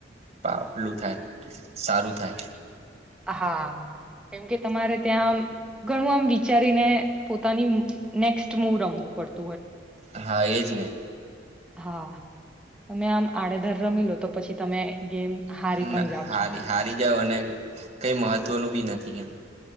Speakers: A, on the right; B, in the centre.
A: પાલું થાય સારું થાય
B: હા કેમકે તમારે ત્યાં આમ ઘણું આમ વિચારીને પોતાની નેક્સ્ટ મવ રમવું પડત
A: હા એજ ને
B: હા તમે આમ આડેધર રમી લો તો પછી તમે ગેમ હારી
A: ને
B: પણ જાાવ
A: હારી
B: છો
A: હારી અને કઈ મહત્વનુંું બી નથી એનું